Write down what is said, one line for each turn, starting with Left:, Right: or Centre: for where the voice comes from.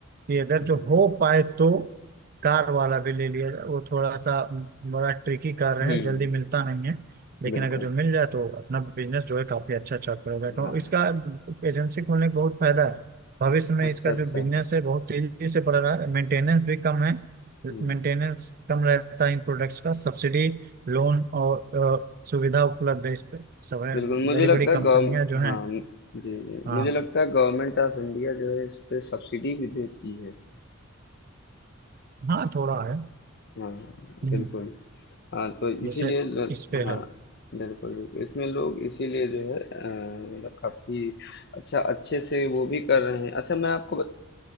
Right: कि अगर
Left: हुँ,
Right: जो हो पाए तो कार वाला भी ले लिया जाए वो थोड़ा सा बड़ा ट्रिकी कार है
Left: हुँ,
Right: जल्दी मिलता नहीं है लेकिन
Left: बिल्कुल।
Right: अगर जो मिल जाए तो अपना बिजनेस जो है काफी अच्छा चल पड़ेगा तो
Left: हाँ,
Right: इसका एजेंसी खोलने का बहुत फायदा है भविष्य में
Left: अच्छा,
Right: इसका
Left: अच्छा।
Right: जो बिजनेस है बहुत तेजी से बढ़ रहा है मेंटेनेंस भी कम है
Left: हुँ,
Right: मेंटेनेंस कम रहता है इन प्रोडक्ट्स का सब्सिडी लोन और अ, सुविधा उपलब्ध है इस पे सब है
Left: बिल्कुल मुझे
Right: बड़ी
Left: लगता
Right: बड़ी कंपनियां
Left: है गव
Right: जो हैं
Left: हाँ, जी, जी।
Right: हाँ
Left: मुझे लगता है गवर्नमेंट ऑफ इंडिया जो है इस पे सब्सिडी भी देती है।
Right: हाँ थोड़ा है
Left: हाँ,
Right: हम्म,
Left: बिल्कुल। हाँ, तो
Right: जैसे
Left: इसीलिए ल
Right: इस पे
Left: हाँ,
Right: है
Left: बिल्कुल, बिल्कुल। इसमें लोग इसीलिए जो है अ, मतलब काफ़ी अच्छा अच्छे से वो भी कर रहे हैं। अच्छा मैं आपको बत